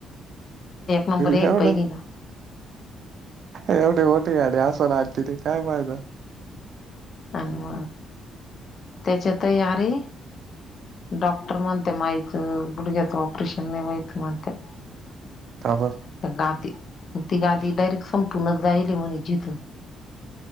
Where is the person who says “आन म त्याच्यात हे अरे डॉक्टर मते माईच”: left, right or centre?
Left